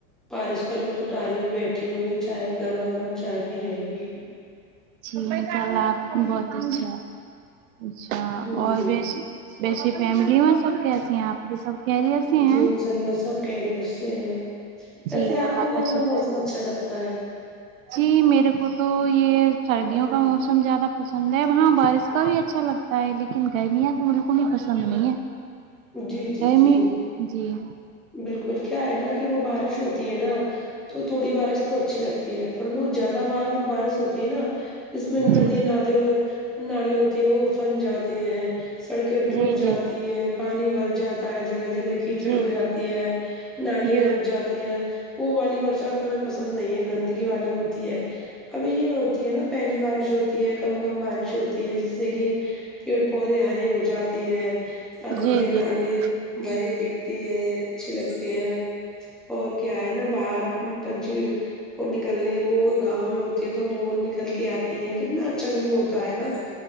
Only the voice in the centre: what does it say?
بارش کا لطف اٹا رہی ہوں بیٹھی ہوں ا بھی چائے گرما گرم چائے پی رہے ہیں ا بھی
جی
جی
انشاء اللہ سب کیریئرت سے ہے ویسے
ہے
آپ کو کون
سا
موسم
اچھا لگتا ہے
جی جی
جی
بالکل کیا ہے نا کہ وہ بارش ہوتی ہے نا تو تھوڑی بارش تو اچھی لگتی ہے پر وہ زیادہ ب بارش ہوتی ہے اس میں میں
ندی نادے نالے ہوتے ہیں وہ افن جاتے ہیں سڑکیں ٹوٹ
جاتی ہیں پانی بھر جاتا ہے جگہ جگہ کیچڑ
ہو جاتی ہے نالیاں
رک جاتی ہیں ا والی برسات تو ہمیں پسند نہیں ہے گندگی والی ہوتی ہے ابھی یہ ہوتی ہے نا پہلی بارش ہوتی ہے کم کم بارش ہوتی ہے جس سے کہ پیڑ پودے ہرے ہو جاتے ہیں اور ندیاں
نالے بھرے دکھتے ہیں اچھے لگتے ہیں اور کیا ہے نا باہر پنچی وہ نکلنے مور گاؤں میں ہوتی ہے تو مور نکل کے آتی ہیں کتنا اچھا ویو ہوتا ہے نا